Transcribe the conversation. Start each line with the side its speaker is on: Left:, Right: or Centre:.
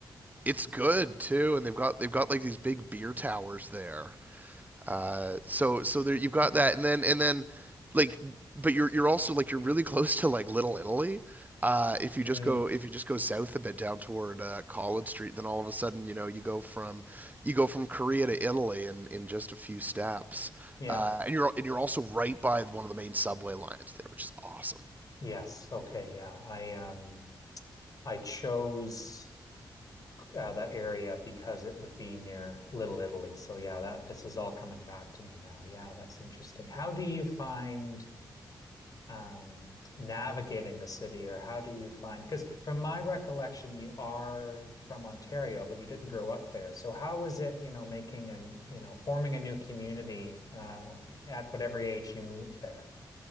Right: It's good too, and they've got they've got like these big beer towers there. Uh, so so there you've got that, and then and then like, but you're you're also like you're really close to like Little Italy. Uh, if you just
Left: Mm,
Right: go if you just go south a bit down toward uh, College Street, then all of a sudden you know you go from you go from Korea to Italy in, in just a few steps,
Left: yeah.
Right: uh, and you're and you're also right by one of the main subway lines there, which is awesome.
Left: Yes. Okay, yeah. I um I chose uh, that area because it would be near Little Italy. So yeah, that this is all coming back to me now. Yeah, that's interesting. How do you find um, navigating the city, or how do you find? Because from my recollection, you are from Ontario, but you didn't grow up there. So how was it, you know, making and, you know, forming a new community uh, at whatever age you moved there?